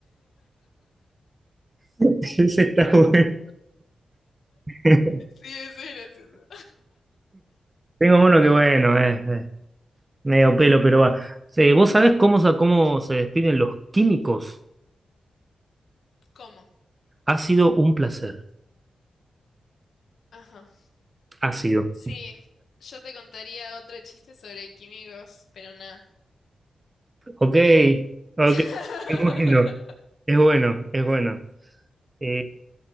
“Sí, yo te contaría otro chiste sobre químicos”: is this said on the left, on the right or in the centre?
Left